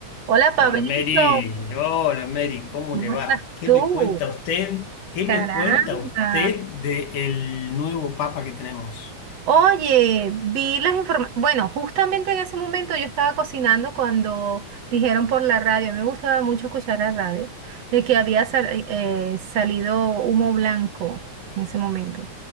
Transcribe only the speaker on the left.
Hola Mary, hola Mary, ¿cómo
le va?
¿Qué
me cuenta usted? ¿Qué
me cuenta usted del nuevo Papa que tenemos?